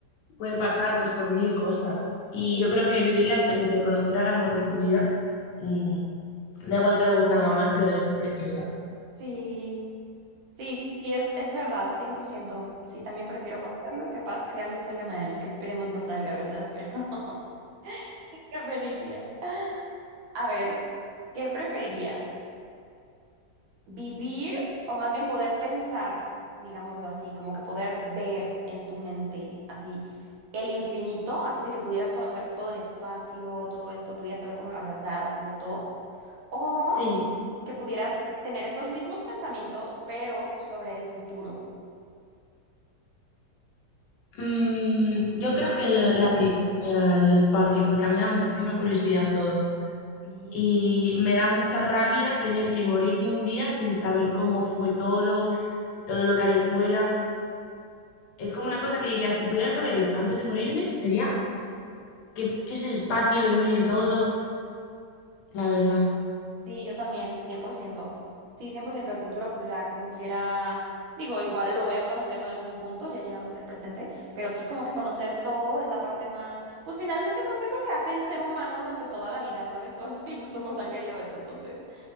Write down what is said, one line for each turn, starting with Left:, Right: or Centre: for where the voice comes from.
Left: puede pasar pues por mil cosas. Y
Right: Sí,
Left: yo creo que vivir la experiencia de conocer al amor de tu vida, mm, da igual que luego salga mal, pero debe ser preciosa.
Right: sí, sí, sí, es, es verdad, cien por ciento Sí, también prefiero conocerlo y que, pa- que algo salga mal, que esperemos no salga, ¿verdad? Pero <laughs> preferiría. A ver, ¿qué preferirías? vivir o más bien poder pensar, digámoslo así, como que poder ver en tu mente así el infinito, así de que pudieras conocer todo el espacio, todo esto, pudieras saber como la verdad así de todo, o
Left: Sí.
Right: que pudieras tener estos mismos pensamientos, pero sobre el futuro.
Left: Mm, yo creo que la, la primera, la del espacio, porque a mí me da muchísima curiosidad todo.
Right: Sí.
Left: y me da mucha rabia tener que morirme un día sin saber cómo fue todo, todo lo que hay ahí fuera. Es como una cosa que diría, si pudiera saber esto antes de morirme, sería qué, qué es el espacio, de dónde viene todo, la verdad.
Right: Sí, yo también, 100%. Sí, 100%. del futuro, pues ya como quiera, digo, igual lo voy a conocer en algún punto, ya llegando a ser presente, pero sí como que conocer todo es la parte más, pues finalmente creo que es lo que hace el ser humano durante toda la vida, ¿sabes? Todos los <laughs> filósofos han querido eso, entonces